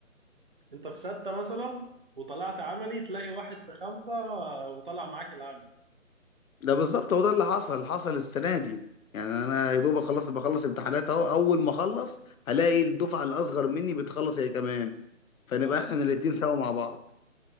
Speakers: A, on the right; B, on the left.
A: انت في ستة مثلا وطلعت عملي تلاقي واحد في خمسة وطلع معاك العمل
B: ده بالظبط هو ده اللي حصل حصل السنه دي يعني انا يا دوب اخلص بخلص امتحانات اهو اول ما اخلص هلاقي الدفعه الاصغر مني بتخلص هي كمان فنبقى
A: لا
B: احنا الاثنين سوا مع بعض